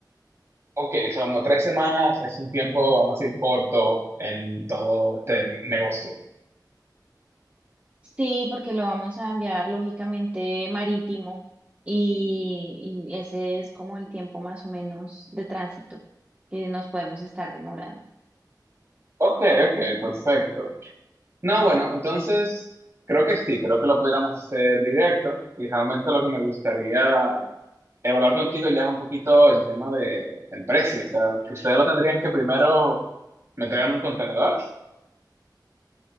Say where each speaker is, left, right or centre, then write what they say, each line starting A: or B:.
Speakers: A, on the right; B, on the right.
A: Ok, o sea, como tres semanas es un tiempo, vamos a decir, corto en todo este negocio.
B: Sí, porque lo vamos a enviar lógicamente marítimo y, y ese es como el tiempo más o menos de tránsito que nos podemos estar demorando.
A: Ok, ok, perfecto. No, bueno, entonces creo que sí, creo que lo pudiéramos hacer directo y realmente lo que me gustaría evaluar contigo ya es un poquito el tema de el precio, o sea, ustedes lo tendrían que primero meter en un contenedor.